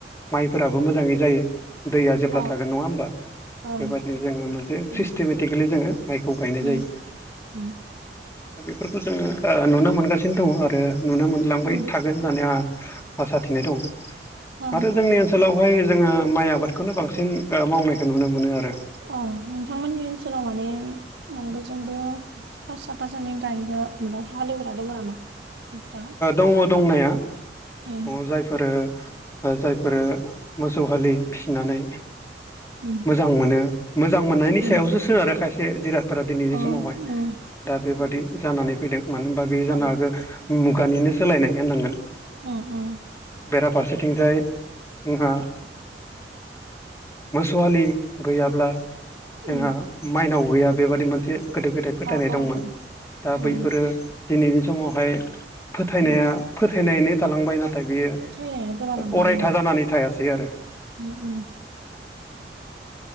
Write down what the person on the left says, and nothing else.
माइफोराबो मोजाङै जायो दैया जेब्ला
थागोन नङा होमबा?
बेबादिनो जोङो मोनसे
सिस्टेमेटिकेलि जोङो माइखौ गायनाय
जायो।
दा बेफोरखौ जोङो नुनो मोनगासिनो दङ आरो नुनो मोनलांबाय
थागोन होननानै आंहा आसा थिनाय दङ।
आरो
जोंनि ओनसोलावहाय जोङो माइ आबादखौनो बांसिन मावनायखौ नुनो मोनो आरो।
दङ दंनाया।
दङ जायफोरो जायफोरो मोसौ हालि फिसिनानै
मोजां मोनो। मोजां मोननायनि
सायावसो सोनारो खायसे जिरादफोरा दिनैनि
समावहाय
दा बेबादि जानानै फैदों मानो होनबा बे जानो
हागौ मुगानिनो सोलायनाय होननांगोन।
बेराफारसेथिंजाय जोंहा मोसौआलि गैयाब्ला
जोंहा माइनाव गैया बेबादि मोनसे गोदो गोदाय फोथायनाय
दंमोन। दा
बैफोरो दिनैनि समावहाय फोथायनाया
फोथायनो थालांबाय ना थाय बियो
अरायथा
जानानै थायासै आरो।